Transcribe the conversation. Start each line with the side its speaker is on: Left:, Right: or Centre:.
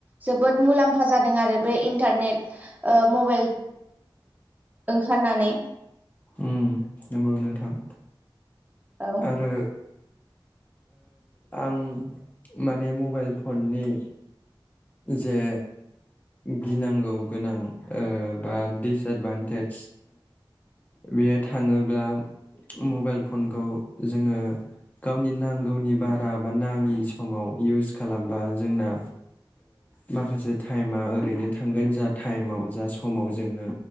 Right: जोबोद मुलाम्फा जादों आरो बे इन्टारनेट मबाइल ओंखारनानै
Left: उम नंगौ नोंथां।
Right: औ
Left: आरो आं माने मबाइल फननि जे गिनांगौ गोनां बा दिसएदभान्टेज बेयो थाङोब्ला मबाइल फनखौ जोङो गावनि नांगौनि बारा बा नाङि समाव इउस खालामबा जोंना माखासे टाइमा ओरैनो थांगोन जा टाइमाव जा समाव जोङो